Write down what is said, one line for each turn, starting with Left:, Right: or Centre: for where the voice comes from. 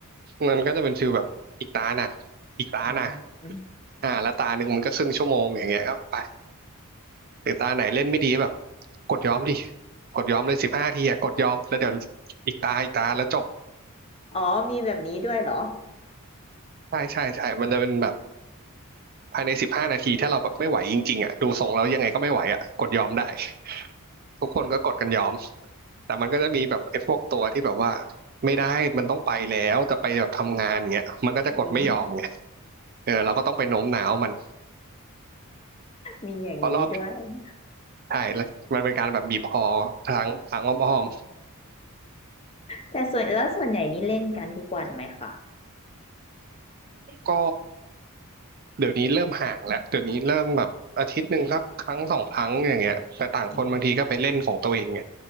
Right: มันก็จะเป็นฟิลแบบอีกตาน่ะอีกตาน่ะ
Left: อืม
Right: อ่าแล้วตาหนึ่งมันก็ครึ่งชั่วโมงอย่างเงี้ยก็ไปหรือตาไหนเล่นไม่ดีแบบกดยอมดิกดยอมเลยสิบห้าทีอ่ะกดยอมแล้วเดี๋ยวอีกตาอีกตาแล้วจบ
Left: อ๋อมีแบบนี้ด้วยเหรอ
Right: ใช่ใช่ใช่มันจะเป็นแบบ ภายในสิบห้านาทีถ้าเราแบบไม่ไหวจริงๆอ่ะดูทรงแล้วยังไงก็ไม่ไหวอ่ะกดยอมได้ <laughs> ทุกคนก็กดกันยอม แต่มันก็จะมีแบบไอ้พวกตัวที่แบบว่าไม่ได้ มันต้องไปแล้วจะไปแบบทำงานเงี้ยมันก็จะกดไม่ยอมไง
Left: อืม
Right: เออเราก็ต้องไปโน้มน้าวมัน
Left: มีอย่างนี้ด้วย
Right: เพราะรอบใช่แล้วมันเป็นการแบบบีบคอทางทางอ้อม
Left: แต่ส่วนแล้วส่วนใหญ่นี่เล่นกันทุกวันไหมคะ
Right: ๆก็เดี๋ยวนี้เริ่มห่างแล้ว เดี๋ยวนี้เริ่มแบบอาทิตย์หนึ่งสักครั้งสองครั้งอย่างเงี้ยแต่ต่างคนบางทีก็ไปเล่นของตัวเองไง
Left: อืม